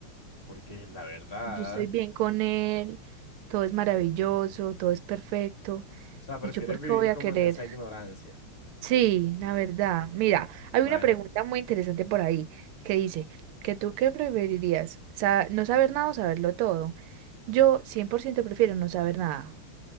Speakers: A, on the left; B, on the right.
A: Porque la verdad,
B: Yo estoy bien
A: o
B: con él, todo es maravilloso, todo es perfecto.
A: sea, prefieres
B: ¿Y yo por
A: vivir
B: qué voy a
A: como
B: querer?
A: en esa ignorancia.
B: Sí, la verdad. Mira, hay
A: Bueno,
B: una pregunta muy interesante por ahí que dice, ¿que tú qué preferirías? Sa- ¿No saber nada o saberlo todo? Yo 100% prefiero no saber nada,